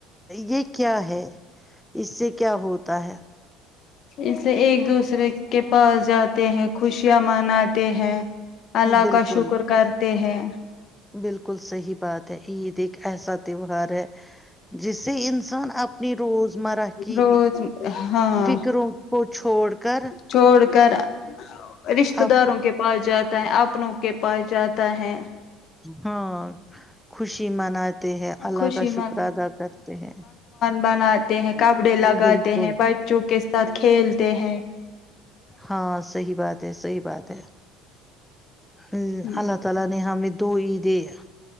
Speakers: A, in the centre; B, on the left.
A: یہ کیا ہے اس سے کیا ہوتا ہے
B: اسے ایک دوسرے کی کے پاس جاتے ہیں خوشیاں مناتے ہیں اللہ
A: بالکل
B: کا شکر کر ت ہیں <unintelligible>
A: بالکل صحیح بات ہے عید ایک ایسا تہوار ہے جس سے انسان اپنی روزمرہ کی
B: روز ہاں
A: فکروں کو چھوڑ کر
B: چھوڑ کر رشتتے
A: اپ
B: داروں کے پاس جاتا ہے اپنوں کے پاس جاتا ہے
A: ہاں خوشی منات کرتے ہیں اللہ
B: خوشی
A: کا شکر ادا کرتے ہیں
B: بنچ <unintelligible> ہیں کپڑے لگاتے
A: بالکل
B: ہیں بچوں کے ساتھ کھیلتے ہیں
A: ہاں صی بات ہے صحی بات ہے ہ
B: ہیں
A: اللہ تعال نے ح ہمد دو عیدیں